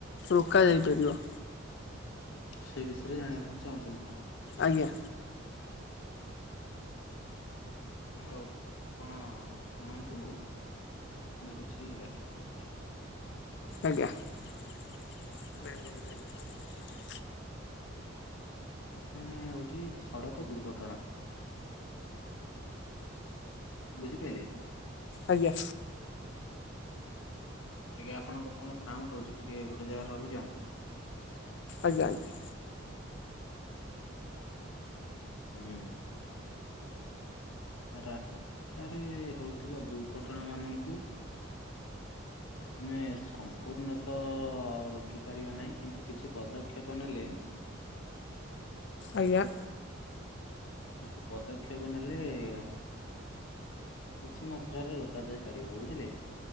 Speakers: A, on the left; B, on the left.
A: ରୋକ ଯାଇପାରିବ!
B: ସେ ବିଷୟରେ ଜାଣିବାକୁ ଚାହୁଁଛନ୍ତି।
A: ଆଜ୍ଞା।
B: ହଉ ଆପଣ ଶୁଣନ୍ତୁ ମୁଁ କିଛି ବ୍ୟାଖ୍ୟା କରୁଛି।
A: ଆଜ୍ଞା। <unintelligible>
B: ଆଜ୍ଞା। ପ୍ରଥମେ ହଉଛି ସଡକ ଦୁର୍ଘଟଣା। ବୁଝି ପାଇଲେ?
A: ଆଜ୍ଞା।
B: ଟିକେ ଆପଣଙ୍କର କଣ ସାଉଣ୍ଡ ହଉଛି ଟିକେ ଗୋଟେ ଜାଗା ରହିଯାଆନ୍ତୁ।
A: ଆଜ୍ଞା ଆଜ୍ଞା।
B: ହୁଁ। ରାସ୍ତାରେ ହଉଥିବା ଦୁର୍ଘଟଣା ମାନଙ୍କୁ ଆମେ ସମ୍ପୂର୍ଣ୍ଣତ ରୋକି ପାରିବା ନାହିଁ କିନ୍ତୁ କିଛି ପଦକ୍ଷେପ ନେଲେ
A: ଆଜ୍ଞା।
B: କିଛି ପଦକ୍ଷେପ ନେଲେ କିଛି ମାତ୍ରାରେ ରୋକାଯାଇପାରିବ। ବୁଝିଲେ।